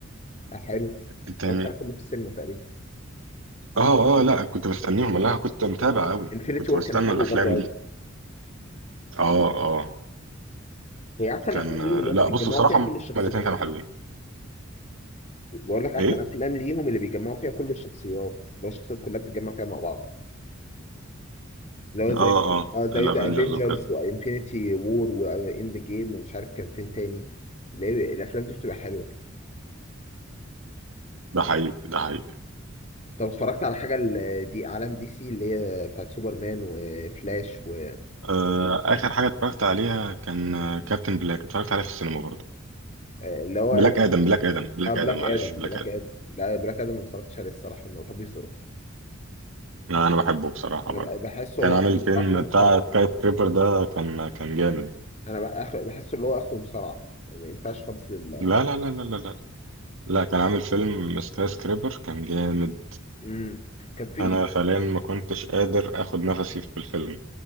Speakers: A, on the left; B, on the right.
A: حلو
B: التاني
A: اتفرجت على كله في السينما تقريبا
B: آه آه لأ كنت مستنيهم لا كنت متابع أوي
A: انفينيتي
B: كنت
A: وور
B: بستنى
A: كان حلو
B: الأفلام
A: برضه قوي
B: دي اه آه.
A: هي احسن
B: كان
A: افلام ليهم اللي هم
B: لا
A: بيتجمعوا
B: بص بصراحة
A: فيها كل
B: هما
A: الشخصيات
B: الاتنين كانوا حلوين
A: بقول لك احسن
B: ايه؟
A: افلام ليهم اللي بيجمعوا فيها كل الشخصيات لو الشخصيات كلها بتتجمع فيها مع بعض اللي هو
B: اه
A: زي
B: اه
A: اه زي
B: الافنجرز
A: ذا افنجرز
B: وكده
A: وانفينيتي وور واند جيم ومش عارف كان فين تاني اللي هي الافلام دي بتبقى حلوه
B: ده حقيقي ده حقيقي
A: طب اتفرجت على حاجه ال- دي عالم دي سي اللي هي بتاعت سوبرمان وفلاش و
B: آه اخر حاجة اتفرجت عليها كان آه، كابتن بلاك اتفرجت عليها في السينما برضه
A: آه، اللي هو
B: بلاك ادم بلاك ادم بلاك
A: اه بلاك
B: ادم معلش
A: ادم
B: بلاك
A: بلاك
B: ادم
A: ادم لا بلاك ادم ما اتفرجتش عليه الصراحه ما بحبش ذوقه
B: آه انا بحبه بصراحة
A: انا
B: برضه
A: بحسه
B: كان
A: هو
B: عامل
A: اخره
B: فيلم
A: آخره مصارعه
B: بتاع سكاي سكريبر ده كان كان جامد
A: انا بأخ- بحسه اللي هو اخره مصارعه يعني ما ينفعش خالص لل
B: لا لا لا لا لا لا لا كان عامل فيلم سكاي سكريبر كان جامد
A: مم. كان في
B: انا فعليا ما كنتش قادر اخد نفسي في الفيلم